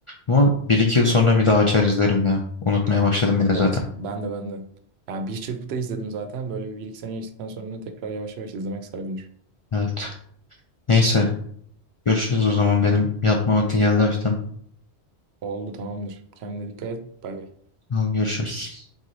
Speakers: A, on the left; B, on the right.
A: Ama bir iki yıl sonra bir daha açar izlerim ya. Unutmaya başladım bile zaten.
B: Evet, ben de ben de. Yani bir çırpıda izledim zaten. Böyle bir, iki sene geçtikten sonra tekrar yavaş yavaş izlemek sarabilir.
A: Evet. Neyse görüşürüz o zaman. Benim yatma vakti geldi hafiften.
B: Oldu tamamdır. Kendine dikkat et. Bay bay.
A: Tamam, Görüşürüz.